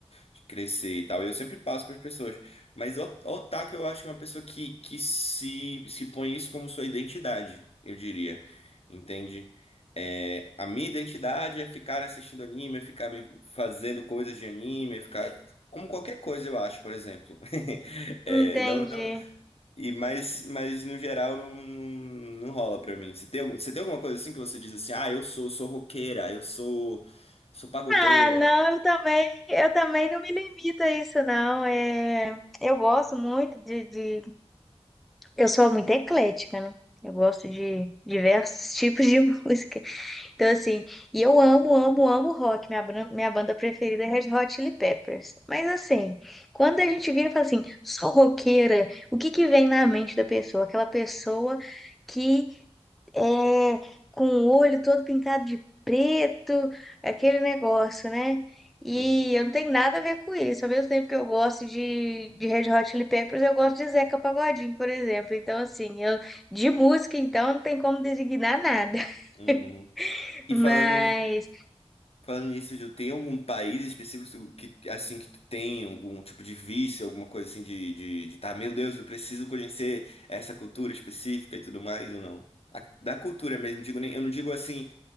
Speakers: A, on the left; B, in the centre.
A: de crescer e tal, e eu sempre passo para as pessoas, mas o o otaku eu acho que é uma pessoa que, que se, se põe isso como sua identidade, eu diria, entende? É, a minha identidade é ficar assistindo anime, é ficar me fazendo coisas de anime, é ficar... Como qualquer coisa, eu acho, por exemplo. <laughs> É,
B: Entendi.
A: não e mas, mas no geral não, não, não rola pra mim. Você tem, algum- você tem alguma coisa assim que você diz assim, ah, eu sou, sou roqueira, eu sou, sou pagodeira.
B: Ah, não, eu também, eu também não me limito a isso, não. É, eu gosto muito de, de- Eu sou muito eclética, né? Eu gosto de diversos tipos de <laughs> música. Então, assim, e eu amo, amo, amo rock. Minha, bran- minha banda preferida é Red Hot Chili Peppers. Mas, assim, quando a gente vira e fala assim, sou roqueira, o que que vem na mente da pessoa? Aquela pessoa que é com o olho todo pintado de preto, aquele negócio, né? E
A: Uhum,
B: eu não tenho nada a ver com isso. Ao mesmo tempo que eu gosto de, de Red Hot Chili Peppers, eu gosto de Zeca Pagodinho, por exemplo. Então, assim, eu, de música, então, não tem como designar nada.
A: uhum.
B: <laughs>
A: E
B: Mas.
A: falando, ni- falando nisso, Ju, tem algum país específico que assim que tu tem algum tipo de vício, alguma coisa assim de, de, de tá, meu Deus, eu preciso conhecer essa cultura específica e tudo mais ou não? A- da cultura mesmo, digo nem, eu não digo assim.